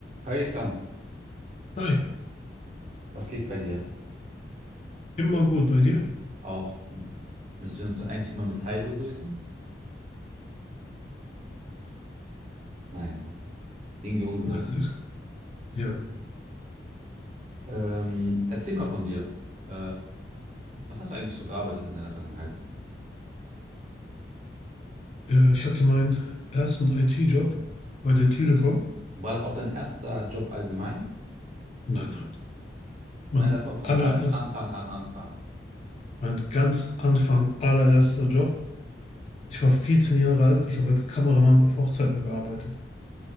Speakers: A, on the right; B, on the left.
A: Hi, Ihsan,
B: Hi,
A: was geht bei dir?
B: immer gut bei dir?
A: Auch hm, müssen wir uns eigentlich immer mit Hi begrüßen? Nein, ne? Irgendwie ungewohnt.
B: Nein, das ist ja.
A: Ähm, erzähl mal von dir. Äh, was hast du eigentlich so gearbeitet in deiner Vergangenheit?
B: Äh, Ich hatte meinen ersten IT-Job bei der Telekom.
A: War das auch dein erster Job allgemein?
B: Nein, nein. Mein
A: Nein, lass mal von
B: allererst,
A: ganz Anfang an anfangen.
B: mein ganz Anfang allererster Job. Ich war 14 Jahre alt. Ich habe als Kameramann auf Hochzeiten gearbeitet.